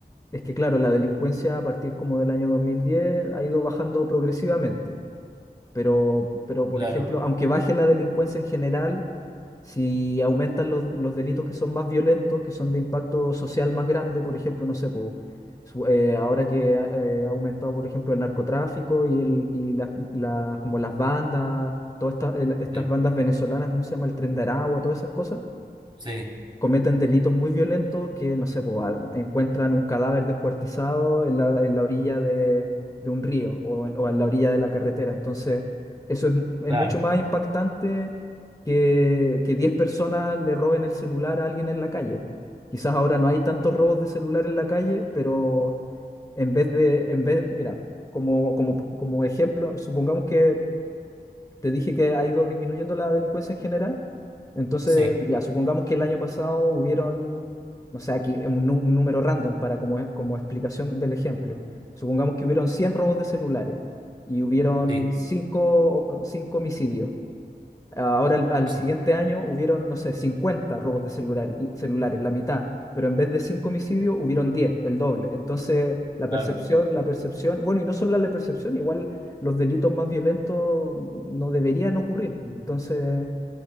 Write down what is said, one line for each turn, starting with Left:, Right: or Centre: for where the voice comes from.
Left: Es que claro, la delincuencia a partir como del año 2010 ha ido bajando progresivamente, pero, pero por
Right: claro,
Left: ejemplo, aunque baje la delincuencia en general, si aumentan los, los delitos que son más violentos, que son de impacto social más grande, por ejemplo, no sé, po, su- eh, ahora que ha eh, ha aumentado, por ejemplo, el narcotráfico y, el, y la- la- como las bandas, todas estas el- estas
Right: sí,
Left: bandas venezolanas, ¿cómo se llama? El Tren de Aragua, todas esas cosas
Right: sí,
Left: cometen delitos muy violentos que, no sé, po, al- encuentran un cadáver descuartizado en la, en la orilla de, de un río o, en o en la orilla de la carretera. Entonces, eso es, mu- es
Right: claro,
Left: mucho más impactante que, que 10 personas le roben el celular a alguien en la calle, po. Quizás ahora no hay tantos robos de celular en la calle, pero en vez de, en vez, mira, como, como, como ejemplo, supongamos que te dije que ha ido disminuyendo la delincuencia en general. Entonces,
Right: sí,
Left: ya supongamos que el año pasado hubieron, no sé, aquí un, nu- un número random para como, como explicación del ejemplo. Supongamos que hubieron 100 robos de celulares y hubieron
Right: sí,
Left: cinco cinco homicidios. Ahora, al, al
Right: sí,
Left: siguiente año hubieron, no sé, 50 robos de celular- celulares, la mitad. Pero en vez de 5 homicidios, hubieron diez el doble. Entonces, la percepción,
Right: claro.
Left: la percepción, bueno, y no solo la percepción, igual los delitos más violentos no deberían ocurrir. pues. Entonces...